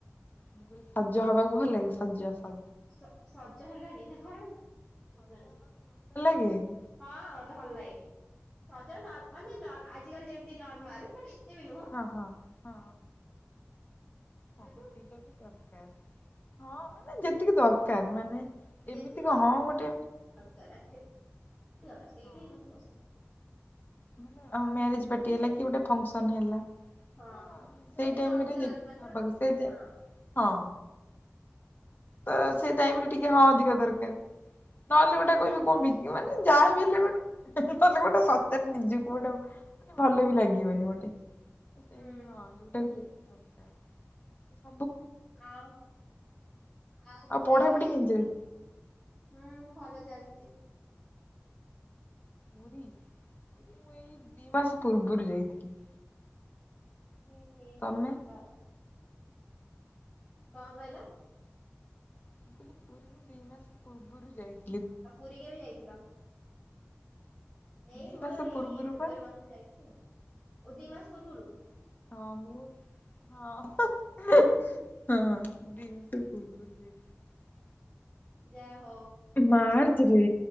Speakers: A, on the left; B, on the left.
A: ମୁଁ କହିଲି ସଜ ହବାକୁ ଭଲ ଲାଗେ ସଜ ସ
B: ସ-ସଜ ହେଲାଣି ନା କଣ? ଶୁଭିଲାନି।
A: ହୁଁ,
B: ହଁ, ମତେ ଭଲ ଲାଗେ, ସଜ ନର ମାନେ ନର ଆଜିକାଲି ଯେମିତି ନର୍ମାଲ ମାନେ ବି ନୁହଁ
A: ଓ ହୋ। ହଁ। ହଁ,
B: ତାକୁ
A: ସେଇଟା ବି ଦରକାର, ହଁ, ମାନେ ଯେତିକି ଦରକାର ମାନେ
B: ଯେତିକି
A: ଏମିତି କଣ
B: ଦ-ଦରକାର,
A: ହଁ ଗୋଟେ
B: ଆକଚୁ
A: ହଁ
B: <inaudible> ସେଇଠି ହିଁ ମୋତେ ପସନ୍ଦ।
A: ମାନେ ହଁ ମ୍ୟାରେଜ୍ ପାଟି ହେଲା, କି ଗୋଟେ ଫଙ୍କସନ୍ ହେଲା।
B: ହଁ,
A: ତ
B: ସେଟା
A: ସେଇ
B: ଟିକେ
A: ଟାଇମ
B: ଅଧିକା
A: ରେ ଯେତିକି
B: ଦରକାର
A: ହବାକୁ
B: ତ,
A: ସେ ଯେ
B: ହଁ।
A: ହଁ ତ
B: ଯୋଉଟାକୁ
A: ସେ ଟାଇମ୍
B: ଯୋଉଟା
A: ରେ ଟିକେ,
B: ସୁନ୍ଦର
A: ହଁ ଅଧିକା ଦରକାର, ନହେଲେ ଗୋଟେ
B: ଯୋଉଟାକୁ
A: କହିବି, କଣ
B: ଯୋଉଟା
A: ବିକି
B: ସୁନ୍ଦର।
A: ମାନେ ଯାହା ବି ହେଲେ ଗୋଟେ ନହେଲେ ଗୋଟେ ସ ନିଜକୁ ଗୋଟେ ମାନେ, ଭଲ ବି ଲାଗିବନି ଗୋଟେ। ତ ସେମତି,
B: ହୁଁ
A: ହଁ ଯୋଉଟାକୁ ଯୋ ଦରକାର ଏ-ସେ
B: ଆଉ, ଆଉ ପୁରୀ
A: ପଢାପଢି
B: କେବେ ଯାଇଥିଲ?
A: କେମିତି ଚାଲିଛି?
B: ହୁଁ ଭଲ ଚାଲ ଚି
A: ପୁରୀ, ପୁରୀ ମୁଁ ଏଇ ଦି ମାସ ପୂର୍ବରୁ ଯାଇଥିଲି।
B: ଉଁ, ଉଁ,
A: ତମେ?
B: ଯାଅ କଣ କଇଲ?
A: ମୁଁ କହିଲି, ପୁରୀ ମୁଁ ଦିଇ ମାସ ପୂର୍ବରୁ ଯାଇଥି
B: ଆଉ ପୁରୀ କେବେ ଯାଇଥିଲ? ଏଇ
A: ଦି
B: ମୁଁ
A: ମାସ
B: ଏ-ଏଇ
A: ପୂର୍ବରୁ
B: ଫେବୃଆରୀ
A: ବା
B: ମାସରେ ଯାଇଥିଲି ଆଉ। ଓ, ଦିଇ ମାସ ପୂର୍ବରୁ ।
A: ହଁ, ମୁଁ, ହଁ <inaudible> ହଁ, ଦି ମା ପୂର୍ବୁ ରୁ ଯାଇ
B: ଯା ହୋ
A: ମାର୍ଚ୍ଚ ରେ